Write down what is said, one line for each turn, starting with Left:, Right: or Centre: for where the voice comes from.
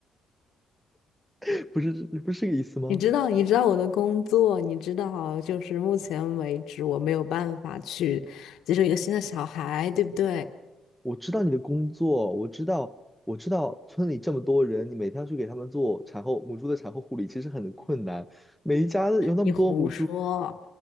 Centre: <laughs> 不是，不是这个意思吗？
Left: 你知道，你知道我的工作，你知道，就是目前为止我没有办法去接受一个新的小孩，对不对？
Centre: 我知道你的工作，我知道，我知道村里这么多人，你每天要去给他们做产后母猪的产后护理，其实很困难。每一家有那么多母猪
Left: 你胡说，